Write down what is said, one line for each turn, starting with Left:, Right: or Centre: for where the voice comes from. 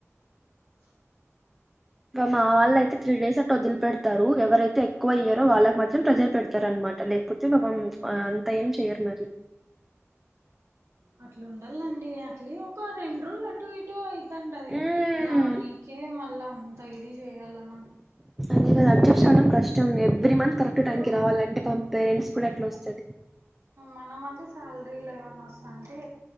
Right: <inaudible>
Centre: ఇంగ మా వాళ్ళు అయితే త్రీడేస్ అట్టా వదిలిపెడతారు ఎవరైతే ఎక్కువ
Right: ఆ
Centre: ఇయ్యారో వాళ్ళకి వాళ్ళకి మాత్రం ప్రెషర్ పెడ తరు అనమాట లేకపోతే పాపం
Right: ఆ
Centre: అంతా ఏం చెయ్యరు మరి
Right: అట్ల ఉండల్లండి అట్లీ ఒక రెండు రోజులు ఆటో ఇటో అయి తంటది
Centre: ఉమ్
Right: దానికే మళ్ళా అంత ఇది చేయాలన్నా
Centre: అదే కదా అడ్జస్ట్ అవ్వడం కష్టం ఎవ్రీ మంత్ కరెక్ట్ టైంకి
Right: ఓ
Centre: రావాలింటే పాప పేరెంట్స్ కూడా ఏట్ల ఒస్తాది
Right: మనం అంటే శాలరీలు ఏవన్నా వస్తంటే